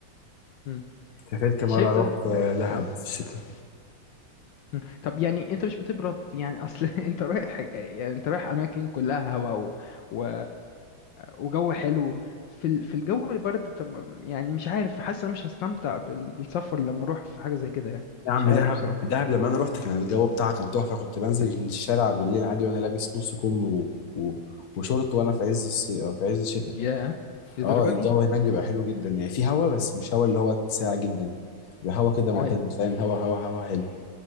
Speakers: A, on the left; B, on the left.
A: مم.
B: سافرت مرة
A: شايف ده
B: رحت دهب
A: اه
B: في الشتاء
A: مم. طب يعني انت مش بتبرد يعني اصل <laughs> انت رايح آه، يعني انت رايح اماكن كلها هواء و... و... وجو حلو في ال... في الجو البرد طب ما- يعني مش عارف حاسس انا مش هستمتع بال... بالسفر لما اروح في حاجه زي كده يعني
B: يا عم
A: مش عارف
B: دهب
A: بصراحه
B: دهب لما أنا رحت كان الجو بتاعها كان تحفة كنت بنزل الشارع بالليل عادي وأنا لابس نص كم و... و... وشورت وأنا في عز الصيف في عز الشتاء
A: ياه للدرجه
B: اه الجو
A: دي
B: هناك بيبقى حلو جدا يعني في هوا بس مش هوا اللي هو ساقع جدا بيبقى هوا كده معتدل
A: ايوه
B: فاهم هوا هوا هوا حلو